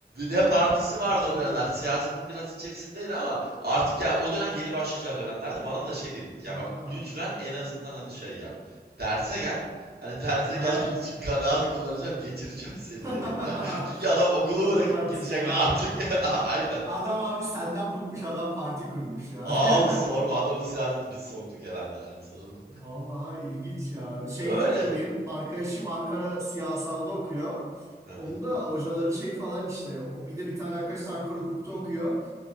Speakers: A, on the right; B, on the right.
A: Ne partisi vardı
B: Vay
A: o dönemler. Siyasetin
B: be.
A: biraz içerisindeydi ama artık ya o dönem yeni başlayacağı dönemlerde bana da şey dedi. Ya
B: Ha.
A: bak lütfen en azından hani şey yap. Derse gel. Hani derse
B: Aha.
A: geldiğin için kanaat kullanacağım, geçireceğim seni de
B: <laughs>
A: dedi ya. Çünkü adam okulu
B: Yok
A: bırakıp
B: artık
A: gidecek
B: ya.
A: artık. <laughs> Aynen.
B: Adam abi senden bıkmış adam parti kurmuş yani.
A: Aa
B: <laughs>
A: abi sorma adamın siyaseti biz soktuk herhalde yani sorma.
B: Vallahi ilginç ya. Şey
A: Öyle.
B: de öyle benim arkadaşım Ankara siyasalda okuyor.
A: Hı hı.
B: Onun da hocaları şey falan işte. o- Bir de bir tane arkadaş da Ankara hukukta okuyor.